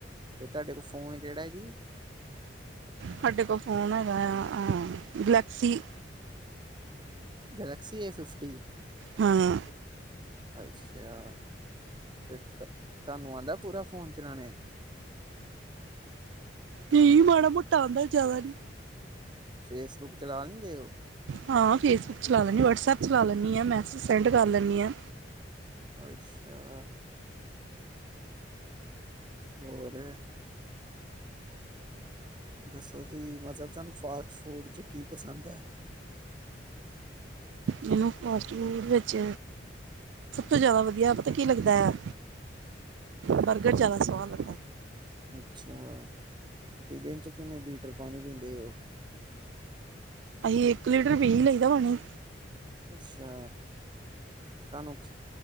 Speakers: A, on the right; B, on the right.
A: ਅਤੇ ਤੁਹਾਡੇ ਕੋਲ ਫ਼ੋਨ ਕਿਹੜਾ ਆ ਜੀ।
B: ਸਾਡੇ ਕੋਲ ਫ਼ੋਨ ਹੈਗਾ ਆ ਗਲੈਕਸੀ।
A: ਗਲੈਕਸੀ ਏ ਫਿਫਟੀ।
B: ਹਾਂ।
A: ਅੱਛਾ ਤੇ ਤ ਤੁਹਾਨੂੰ ਆਉਂਦਾ ਪੂਰਾ ਫੋਨ ਚਲਾਣੇ।
B: ਨਈ ਮਾੜਾ ਮੋਟਾ ਆਉਂਦਾ ਜ਼ਿਆਦਾ ਨੀਂ।
A: ਫੇਸਬੁੱਕ ਚਲਾ ਲੈਂਦੇ ਓ।
B: ਹਾਂ ਫੇਸਬੁੱਕ ਚਲਾ ਲੈਂਨੀ ਹਾਂ ਵਟਸਐਪ ਚਲਾ ਲੈਂਨੀ ਹਾਂ ਮੈਸੇਜ ਸੈਂਡ ਕਰ ਲੈਂਦੀ ਹਾਂ।
A: ਅੱਛਾ। ਹੋਰ। ਦੱਸੋ ਸਈ ਮਤਲਬ ਤੁਹਾਨੂੰ ਫਾਸਟਫੂਡ 'ਚ ਕੀ ਪਸੰਦ ਹੈ।
B: ਮੈਨੂੰ ਫਾਸਟ ਫੂਡ ਵਿੱਚ ਸਭ ਤੋਂ ਜਿਆਦਾ ਵਧੀਆ ਪਤਾ ਕੀ ਲੱਗਦਾ। ਬਰਗਰ ਜ਼ਿਆਦਾ ਸਵਾਦ ਲੱਗਦਾ।
A: ਅੱਛਾ ਪਤੀਲੇ 'ਚ ਕਿੰਨੇ ਲੀਟਰ ਪਾਣੀ ਪੀਂਦੇ ਉਹ।
B: ਅਸੀਂ ਇੱਕ ਲੀਟਰ ਪੀਂ ਲਈ ਦਾ ਪਾਣੀ।
A: ਅੱਛਾ। ਤੁਹਾਨੂੰ ਖ